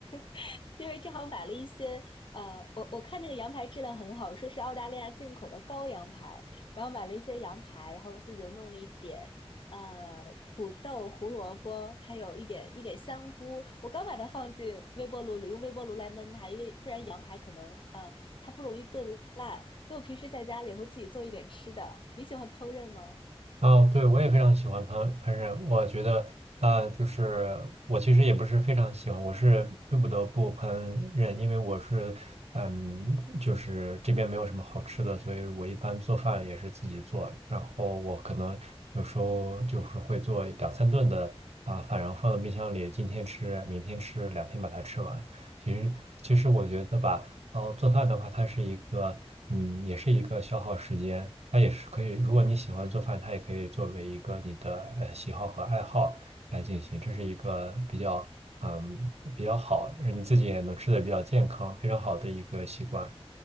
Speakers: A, on the left; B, on the right.
A: <laughs> 因为正好买了一些，呃，我我看那个羊排质量很好，说是澳大利亚进口的羔羊排，然后买了一些羊排，然后自己又弄了一点，呃，土豆、胡萝卜，还有一点一点香菇。我刚把它放进微波炉里，用微波炉来焖它，因为不然羊排可能，呃，它不容易炖烂。所以我平时在家里会自己做一点吃的。你喜欢烹饪吗？
B: 哦，对，我也非常喜欢烹烹饪。我觉得，啊，就是我其实也不是非常喜欢，我是不得不烹饪，因为我是，嗯，就是这边没有什么好吃的，所以我一般做饭也是自己做。然后我可能有时候就是会做两三顿的啊、饭，然后放到冰箱里，今天吃，明天吃，两天把它吃完。其实，其实我觉得吧。然后做饭的话，它是一个，嗯，也是一个消耗时间，它也是可以，如果你喜欢做饭，它也可以作为一个你的呃喜好和爱好来进行，这是一个比较，嗯，比较好，让你自己也能吃的比较健康，非常好的一个习惯，